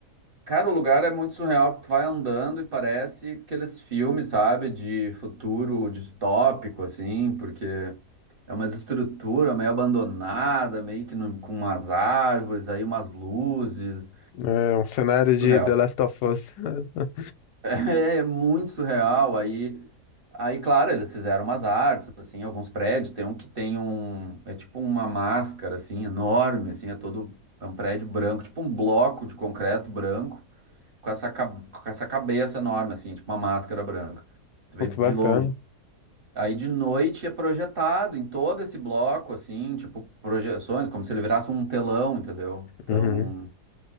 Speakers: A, on the right; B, on the left.
A: Cara, o lugar é muito surreal, porque tu vai andando e parece aqueles filmes, sabe, de futuro distópico, assim, porque é uma estrutura meio abandonada, meio que num- com umas árvores, aí umas luzes.
B: É um cenário de
A: Surreal.
B: The Last of Us. <laughs>
A: <laughs> É muito surreal. Aí, aí, claro, eles fizeram umas artes, assim, alguns prédios. Tem um que tem um, é tipo uma máscara, assim, enorme, assim, é todo, é um prédio branco, tipo um bloco de concreto branco. com essa, ca- com essa cabeça enorme, assim, tipo uma máscara branca. Tu
B: Pô,
A: vê
B: que
A: de
B: bacana.
A: longe. Aí de noite é projetado em todo esse bloco, assim, tipo, projeções, como se ele virasse um telão, entendeu? Então,
B: Uhum,